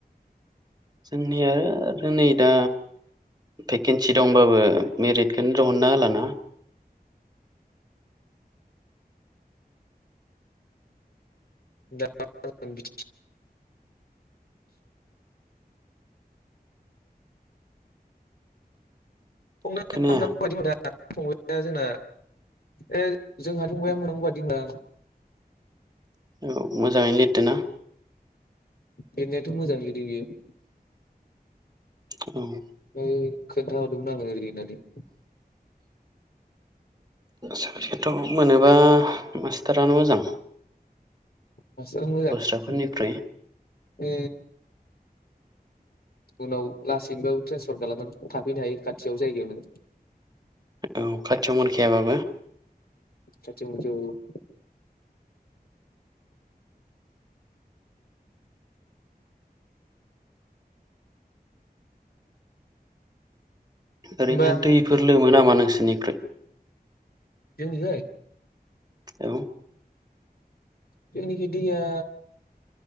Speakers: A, on the right; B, on the left.
A: जोंनिआ आरो नै दा भेकेन्सि दंबाबो मेरिटखौनो दिहुनना होलाना
B: <unintelligible> <unintelligible>
A: खोनाया
B: फंबाया जोंना ए जोंहा फंबाया मोननांगौ बादिमोनां
A: औ मोजाङैनो लिरदो ना
B: लिरनायाथ मोजां लिरदों बियो
A: औ
B: ओ खोन्थााहरदोंमोन आङो ओरै होननानै
A: साख्रियाथ मोनोबा मास्टारानो मोजां
B: मास्तारा मोजांसिन
A: दस्राफोरनिख्रुइ
B: ओ उनाव लासैनोबो ट्रेन्सफर खालामनानै थाफैनो हायो खाथियाव जायगायावनो।
A: औ खाथियाव मोनखायाबाबो।
B: खाथियाव मोनखायाबाबो।
A: ओरैनो
B: होमबा
A: दैफोर लोमो नामा नोंसोरनिख्रुइ?
B: जोंनि जै
A: औ।
B: जोंनिखै दैआ